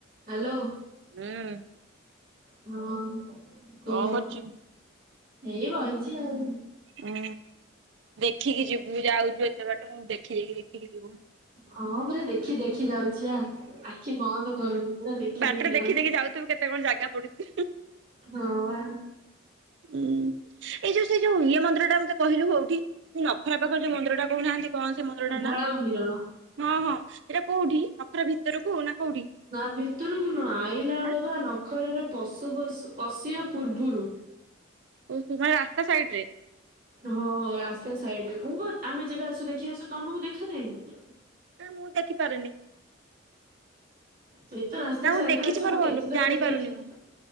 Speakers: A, on the right; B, on the right.
A: Hello.
B: ହୁଁ
A: ହଁ କୁହ।
B: କଣ କରୁଛୁ?
A: ଏଇ ବଇଚି ଆଉ।
B: ହୁଁ ଦେଖିକି ଯିବୁ ଯାଉଚୁ ଏତେ ବାଟ। ଦେଖି ଦେଖି ଦେଖିକି ଯିବୁ।
A: ହଁ ପୁରା ଦେଖି ଦେଖି ଯାଉଛି। ଯା ଆଖି ବନ୍ଦ କରୁନି ପୁରା ଦେଖି
B: ବାଟରେ
A: ଦେଖି ଯାଉ
B: ଯାଉଥିବୁ କେତେ କଣ ଜାଗା ପଡୁଛି।
A: ହଁ ବା।
B: ହୁଁ ଏଇ ଯୋଉ ସେଇ ଯୋଉ ଇଏ ମନ୍ଦିର ଟା ମତେ କହିଲୁ କୋଉଠି? ନଖରା ପାଖରେ ଯୋଉ ମନ୍ଦିର ଟା କହୁନାହାନ୍ତି କଣ ସେ ମନ୍ଦିରଟା
A: ଧଳା
B: ନା?
A: ମନ୍ଦିର
B: ହଁ- ହଁ ସେଟା କୋଉଠି? ନଖରା ଭିତରକୁ ନା କୋଉଠି?
A: ନା ଭିତରୁକୁ ନୁହଁ ଆଇଲା ବେଳୁକୁ
B: ଆଁ
A: ବା ନଖରାରେ ପଶୁ ପଶୁ ପସିବା ପୂର୍ବୁରୁ।
B: କି ଭଳିଆ ରାସ୍ତା ସାଇଡ ରେ।
A: ହଁ ରାସ୍ତା ସାଇଡ ରେ। ମୁଁ ପା ଆମେ ଯେବେ ଆସୁ ଦେଖି ଆସୁ ତମକୁ ଦେଖାାଯାଏନି।
B: ନାଁ ମୁଁ ଦେଖିପାରୁନି।
A: ସେଇ ତ ରାସ୍ତା
B: ନା
A: ସାଇଡରେ
B: ମୁଁ ଦେଖିଛି
A: ଅଛି
B: ମୋର
A: ମୁଁ
B: ମନେ
A: କେତେ ଥର
B: ଜାଣିପାରୁନି
A: ଦେଖିଛି।
B: ମୁଁ।